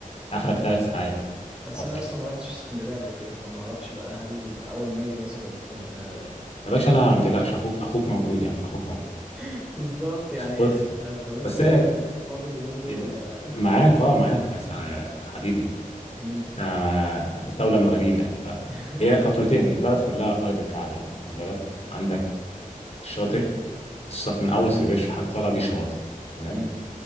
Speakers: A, on the left; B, in the centre.
A: اخرك ثلاث ساعات
B: بس
A: قطر
B: انا اصلا ما رحتش اسكندرية قبل كده فما اعرفش بقى هل اول ما اجي مثلا آه
A: يا باشا
B: آه،
A: انا ما تقلقش اخوك اخوك موجود يعني اخوك موجود
B: <laughs> بالظبط يعني
A: بص
B: طب, طب انت
A: بس
B: فاضي
A: هي
B: فاضي اليومين دول
A: إيه،
B: ولا
A: معاك اه معاك أس- آه، حبيبي
B: امم
A: انت انت اولى من الغريب يعني فهي
B: <laughs>
A: خطوتين البلد كلها فرد الكعب يعني واخد بالك عندك الشاطئ الصف من اول سربيش لحد طالع دي شواطئ تمام
B: امم